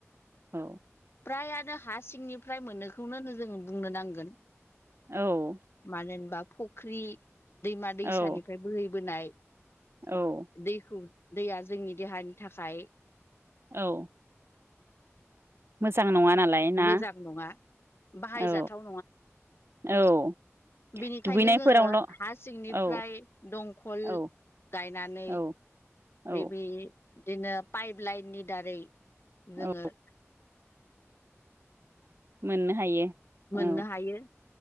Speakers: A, on the right (about 55°); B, on the left (about 55°).
A: औ
B: हायानो हा सिंनिफ्राय मोननोखौनो जो बुंनो नांगोन
A: औ
B: मानो होनबा फुख्रि दैमा दैसानिफ्राय
A: औ
B: बोहैबोनाय
A: औ
B: दैखौ दैया जोंनि देहानि थाखाय
A: औ। मोजां नङा नालाय ना?
B: मोजां नङा बाहायजाथाव
A: औ औ
B: बिनिखायनो
A: दुगैनायफोरावल'
B: जोङो हा सिंनिफ्राय
A: औ
B: दंखल
A: औ
B: गायनानै
A: औ औ
B: बेब बिदिनो पाइप लाइननि दारै जोङो
A: औ मोननो हायो।
B: मोननो
A: औ
B: हायो।